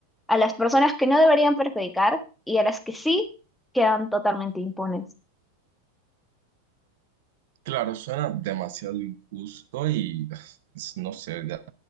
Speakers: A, in the centre; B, on the right (about 50°).
A: a las personas que no deberían perjudicar y a las que sí quedan totalmente impunes.
B: Claro, suena demasiado injusto y <sighs> es- no sé, ya,